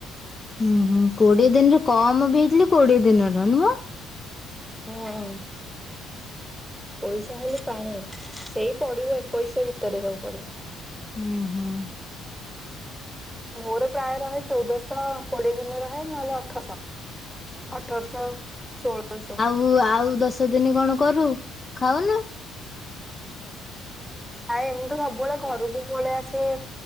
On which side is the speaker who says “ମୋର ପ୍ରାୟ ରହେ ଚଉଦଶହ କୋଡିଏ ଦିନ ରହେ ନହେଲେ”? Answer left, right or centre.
Centre